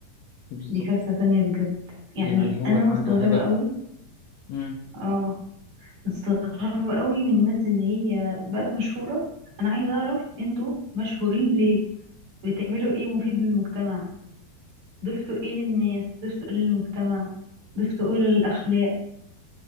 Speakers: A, on the left; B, on the right.
A: بالظبط
B: دي كارثة تانية بجد يعني
A: يعني هو
B: أنا
A: اللي
B: مستغربة
A: عنده هدف
B: قوي
A: مم.
B: اه مستغربة قوي من الناس اللي هي بقت مشهورة أنا عايزة أعرف أنتوا مشهورين <laughs> ليه بتعملوا إيه مفيد للمجتمع ضفتوا إيه للناس ضفتوا إيه للمجتمع ضفتوا إيه للأخلاق